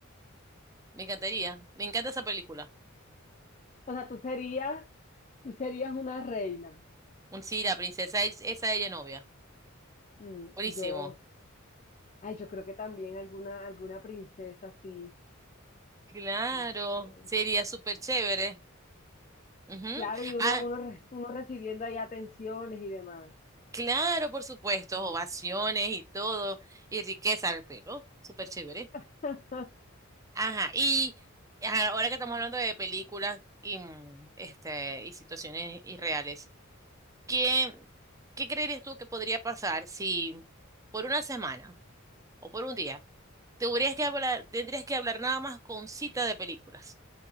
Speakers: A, on the right (about 15°); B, on the left (about 35°).
A: Me encantaría. Me encanta esa película.
B: O sea, tú serías, tú serías una reina.
A: Un sí, la princesa es esa ella novia.
B: Mm,
A: Buenísimo.
B: yo, ay, yo creo que también alguna, alguna princesa así,
A: Claro,
B: no sé.
A: sería súper chévere. Ujú.
B: Claro, y uno,
A: Ah,
B: uno, re- uno recibiendo ahí atenciones y demás.
A: claro, por supuesto. Ovaciones y todo. Y riqueza al pelo. Súper chévere.
B: <laughs>
A: Ajá. Y ajá, ahora que estamos hablando de películas y, mm, este, y situaciones irreales, ¿qué, qué creerías tú que podría pasar si por una semana o por un día? tendrías que hablar, tendrías que hablar nada más con cita de películas.